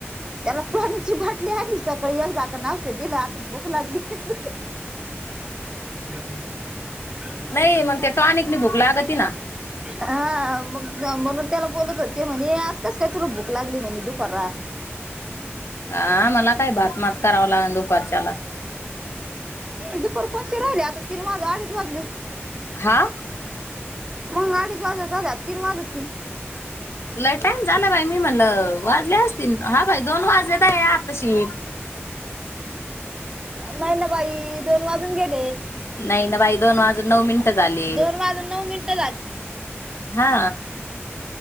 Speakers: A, on the right (about 15°); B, on the left (about 70°).
A: <unintelligible> त्याला पाण्याची बाटली आणि सकाळी एक झाकण औषध दिल आता भूक लागली. <unintelligible>
B: नाही मग ते टॉनिकनी भूक लागती ना
A: हा मग म्हणून त्याला बोलत होते म्हणे आजकस काय तुला भूक लागली म्हणे दुपार
B: हा मला काही बातमात करावं लागेल दुपारच्याला.
A: दुपार कोणती राहीली आता तीन वाजय अडीच वाजले
B: हां
A: मग अडीच वाजत आल्यात तीन वाजतीन
B: लई टाईम झालं बाई मी म्हणल वाजले असतील हा बाई दोन वाजले आताशी
A: अव मैनाबाई दोन वाजून गेल
B: नाही ना बाई दोन वाजून नऊ मिनिटं झाली
A: दोन वाजून नऊ मिनिटं
B: हा